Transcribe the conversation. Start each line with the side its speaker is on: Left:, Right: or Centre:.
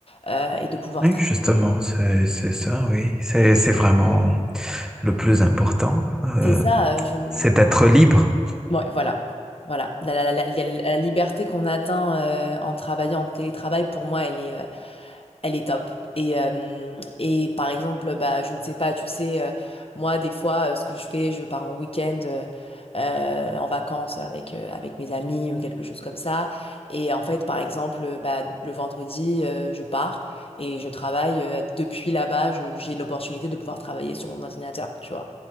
Left: euh, et de pouvoir
Centre: Oui,
Left: travailler.
Centre: justement, c'est, c'est ça, oui. C'est, c'est vraiment le plus important. euh,
Left: C'est ça, euh, je...
Centre: c'est d'être libre.
Left: Ouais, voilà. Voilà. La, la- la- la- la liberté qu'on atteint euh, en travaillant en télétravail, pour moi, elle est euh, elle est top. Et, euh, et par exemple, bah, je ne sais pas, tu sais, euh, moi, des fois, euh, ce que je fais, je pars en week-end euh, euh, en vacances avec, euh, avec mes amis ou quelque chose comme ça. Et en fait, par exemple, euh, bah, le vendredi, euh, je pars et je travaille euh, depuis là-bas. je- J'ai l'opportunité de pouvoir travailler sur mon ordinateur, tu vois.